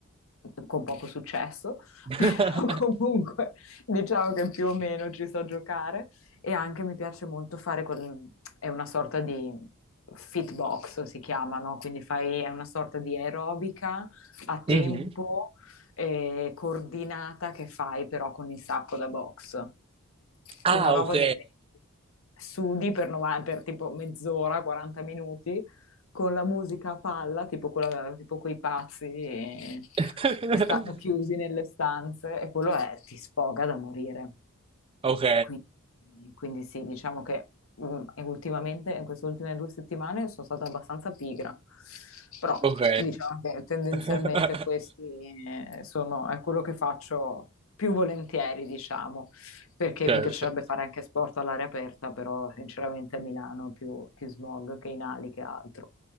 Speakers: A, on the left (about 70°); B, on the right (about 25°).
A: con poco successo, <laughs>
B: <laughs>
A: però comunque diciamo che più o meno ci so giocare e anche mi piace molto fare quel, è una sorta di fitbox si chiama, no? Quindi fai, è una sorta di aerobica a tempo
B: Mhm.
A: eh, coordinata che fai però con il sacco da box.
B: Ah,
A: Una roba
B: ok.
A: dove sudi per, nova- per tipo mezz'ora, 40 minuti, con la musica a palla, tipo, quella- tipo quei pazzi eh,
B: <laughs>
A: che stanno chiusi nelle stanze, e quello è, ti sfoga da morire.
B: Ok,
A: Quindi, quindi sì, diciamo che mm, e ultimamente, in queste ultime due settimane, sono stata abbastanza pigra, però
B: ok.
A: diciamo che tendenzialmente
B: <laughs>
A: questi eh, sono, è quello che faccio più volentieri, diciamo, perché
B: Certo.
A: mi piacerebbe fare anche sport all'aria aperta, però sinceramente a Milano è più, più smog che in ali che altro.